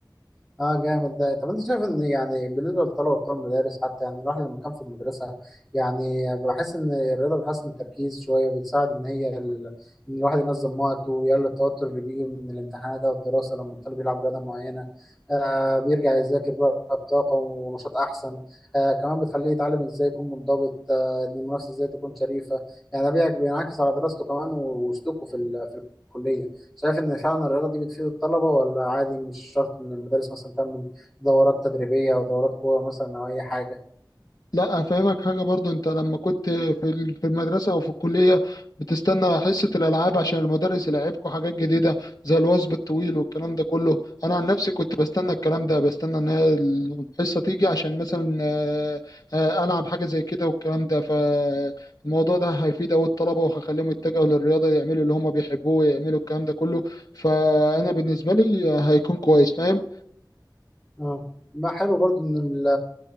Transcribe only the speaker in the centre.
اه جامد ده طب انت شايف ان يعني بالنسبه للطلبه بتوع المدارس حتى يعني الواحد لما كان في المدرسه يعني بحس ان الرياضه بتحسن التركيز شويه بتساعد ان هي ال... ان الواحد ينظم وقته ويقلل التوتر اللي بيجي من الامتحانات او الدراسه لما الطالب يلعب رياضه معينه آه بيرجع يذاكر بقى بطاقه ونشاط احسن آه كمان بتخليه يتعلم ازاي يكون منضبط آه ان المنافسه ازاي تكون شريفه يعني ده بيع- بينعكس على دراسته كمان وسلوكه في ال... في الكليه شايف ان فعلا الرياضه دي بتفيد الطلبه ولا عادي مش شرط ان المدارس مثلا تعمل دورات تدريبيه او دورات قوه مثلا او اي حاجه
اه ما حلو برضو ان